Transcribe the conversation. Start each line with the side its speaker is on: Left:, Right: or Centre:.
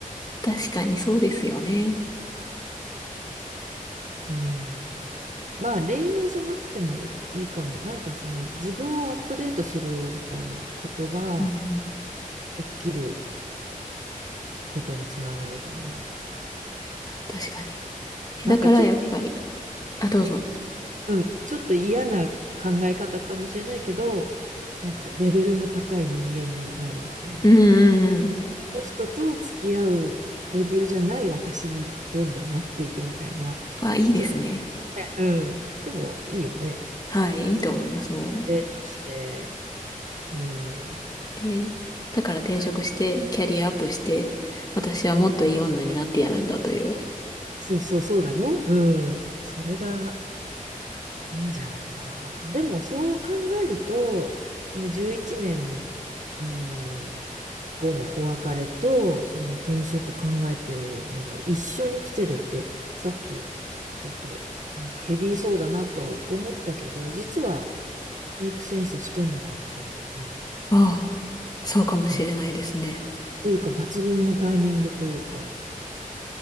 Left: 確かにそうですよね。
Right: うん。まあ恋愛じゃなくてもいいかも。なんかその自分をアップデートするみたいなことが
Left: うんうん。
Right: 吹っ切ることにつながるかな。
Left: 確かに。え、
Right: なんかちょっと、
Left: だからやっぱり。あ、どうぞ。
Right: うん、ちょっと嫌な考え方かもしれないけど、なんかレベルの高い人間になるみたいな。
Left: うんうんうん。
Right: この人と付き合うレベルじゃない私にどんどんなっていくみたいな。
Left: あ、いいですね。
Right: ちょっと、ねうん。でもいいよね。
Left: はい、いいと思います。もう
Right: デートして、うん。
Left: で、だから転職して、キャリアアップして、私はもっといい女になってやるんだという。
Right: そうそう、そうだね。うん。それがいいんじゃないかな。でも、そう考えると、その11年、うん、後のお別れと、その転職考えてるのが一緒に来てるって、さっき、ちょっと、なんかヘビーそうだなとは思ったけど、実は、メイクセンスしてんのかもしれないね。
Left: ああ、そうかもしれないですね。
Right: うんというか、抜群のタイミングというか、